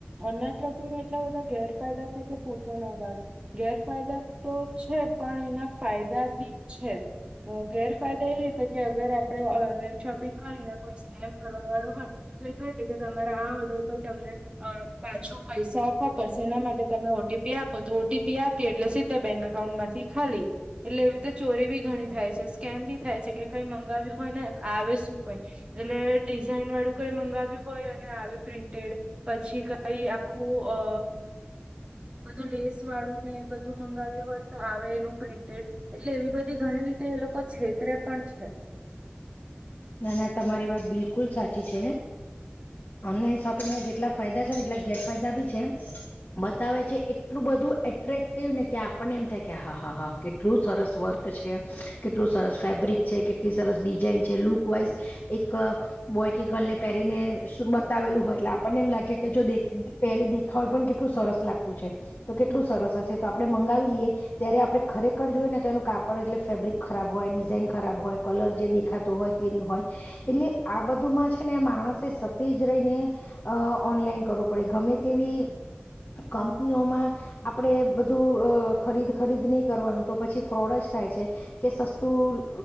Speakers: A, on the right; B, on the left.
A: ઓનલાન શોપિંગ એટલા બધા ગેરફાયદા છે કે પૂછો ના વાત ગેરફાયદા તો છે. પણ એના ફાયદા બી છે ગેરફાયદા એ રીતે કે અગર આપણે ઓનલાઈન શોપિંગ કરીને કોઈ સ્કેમ કરવા વાળું હોય તો એ કઈ રીતે કે તમારા આ ઓર્ડર પર તમને પાછો પૈસા આપવા પડશે એના માટે તમે ઓ ટી પી આપો તો ઓ ટી પી આપીએ એટલે સીધા બેંક અકાઉન્ટમાંથી ખાલી એટલે એવી રીતે ચોરી બી ઘણી થાય છે, સ્કેમ બી થાય છે. કે કઈ મંગાવ્યું હોય ને આવે શું કઈ એટલે ડિઝાઇન વાળું કઈ મંગાવ્યું હોય અને આવે પ્રિન્ટેડ પછી કઈ આખું અ બધું લેસવાળું ને બધું મંગાવ્યું હોય. તો આવે એનું પ્રિન્ટેડ એટલે એવી બધી ઘણી રીતે એ લોકો છેતરે પણ છે.
B: ના ના તમારી વાત બિલકુલ સાચી છે. ઓનલાઈન શોપિંગમાં જેટલા ફાયદા છે ને એટલા ગેરફાયદા બી છે. બતાવે છે એટલું બધું એટ્રેક્ટિવ ને કે આપણને એમ થાય કે હા હા હા કેટલું સરસ વર્ક છે, કેટલું સરસ ફેબ્રિક છે, કેટલી સરસ ડિઝાઇન છે, લુક વાઈઝ એક બોય કે ગર્લ ને પહેરીને બતાવેલું હોય એટલે આપણને એમ લાગે કે જો દેખ પહેરી દેખાવે પણ કેટલું સરસ લાગતું છે. તો કેટલું સરસ હશે તો આપણે મંગાવી લઈએ ત્યારે આપણે ખરેખર જોયું ને તો એનું કાપડ એટલે ફેબ્રિક ખરાબ હોય, ડિઝાઇન ખરાબ હોય, કલર જે દેખાતો હોય તે ની હોય એટલે આ બધુંમાં છે ને માણસે સતીજ રહીને અ ઓનલાઈન કરવું પડે ગમે તેવી કંપનીઓમાં આપણેે બધું અ ખરીદ ખરીદ નહી કરવાનું તો પછી ફ્રોડ જ થાય છે કે સસ્તું